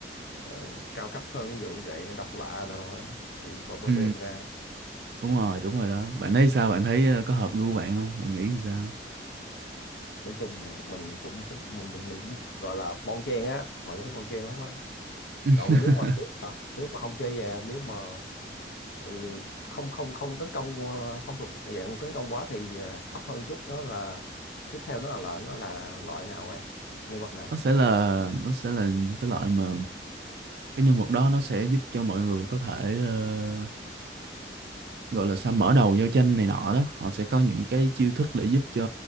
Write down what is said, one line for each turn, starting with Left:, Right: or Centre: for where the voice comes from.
Left: ờ, cao cấp hơn ví dụ như vậy độc lạ đồ á, thì còn bỏ
Right: ừ,
Left: tiền ra
Right: đúng
Left: Ờ,
Right: rồi đúng rồi đó bạn thấy sao bạn thấy ờ, có hợp gu bạn không bạn nghĩ sao
Left: nói chung là mình cũng thích mình, mình cũng gọi là bon chen á mọi người thích bon chen lắm á
Right: <laughs>
Left: rồi mà nếu mà nếu mà, nếu mà không chơi về nếu mà ừ, không không không tấn công ờ, không thuộc dạng tấn công quá thì ờ, thấp hơn chút đó là tiếp theo nó là, là nó là loại nào bạn nhân vật nào
Right: nó sẽ là nó sẽ là cái loại mà cái nhân vật đó nó sẽ giúp cho mọi người có thể ờ, gọi là sao mở đầu giao tranh này nọ đó họ sẽ có những cái chiêu thức để giúp cho